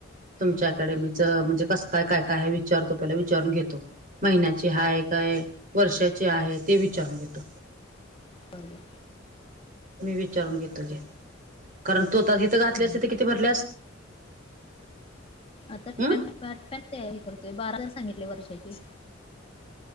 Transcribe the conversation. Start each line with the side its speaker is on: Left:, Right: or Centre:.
Right: तुच्या
Left: बर
Right: अकॅडमी च म्हणजे कस काय, काय, काय विचारतो पहिला विचारून घेतो महिन्या हाय काय वर्षाची आहे ते विचारून घेतो
Left: बर, बर
Right: मी विचारून घेतो की कारण तू आता हीत घातलेस
Left: हम्म.
Right: तीत कित ति भरल्यास
Left: आता
Right: हम्म
Left: पन, पन ते हे करतोय बारा हजार सांगितले वर्षाची